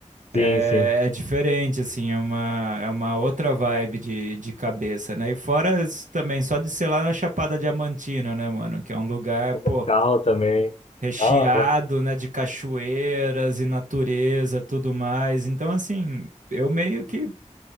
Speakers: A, on the right (about 80°); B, on the left (about 55°).
A: É,
B: Sim, sim.
A: é diferente, assim, é uma, é uma outra vibe de, de cabeça, né? E fora isso também, só de ser lá na Chapada Diamantina, né, mano? Que é um lugar,
B: O
A: pô
B: local também.
A: recheado,
B: Da hora.
A: né, de cachoeiras e natureza, tudo mais. Então, assim, eu meio que